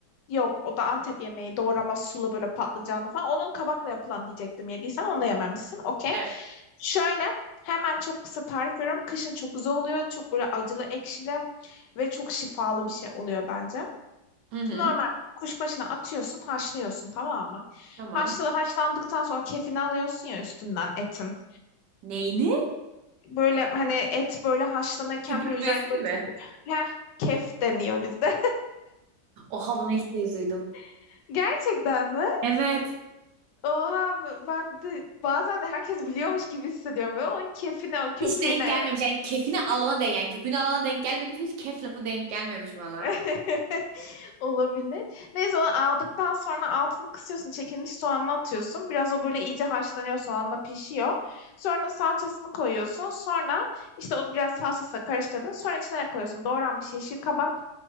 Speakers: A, on the left (about 85°); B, on the right (about 80°).
A: Yok o da Antep yemeği doğrama sulu böyle patlıcanlı falan. Onun kabakla yapılan diyecektim yediysen onu da yememişsin. Okey.
B: Evet.
A: Şöyle hemen çok kısa tarif veriyorum. Kışın çok güzel oluyor. Çok böyle acılı ekşili ve çok şifalı bir şey oluyor bence.
B: Hı hı.
A: Normal kuşbaşına atıyorsun haşlıyorsun tamam mı?
B: Tamam.
A: Haşla, haşlandıktan sonra kefini alıyorsun ya üstünden etin.
B: Neyini?
A: Böyle hani et böyle haşlanırken
B: Köpürmesini
A: böyle üzerine böyle
B: mi?
A: heh, kef deniyor bizde.
B: Oha bunu ilk kez duydum.
A: <laughs> Gerçekten mi?
B: Evet.
A: Oha ben de bazen herkes biliyormuş gibi hissediyorum. Böyle onun keyfine, o köpüğüne
B: Hiç denk gelmemiş. Yani kefini alana denk. Yani köpüğünü alana denk gelmedim. Hiç kef lafı denk gelmemiş bana.
A: <laughs> olabilir. Neyse onu aldıktan sonra altını kısıyorsun. Çekilmiş soğanını atıyorsun. Biraz o böyle iyice haşlanıyor. Soğanla pişiyor. Sonra salçasını koyuyorsun. Sonra işte o biraz salçasıyla karıştırdın. Sonra içine ne koyuyorsun? Doğranmış yeşil kabak,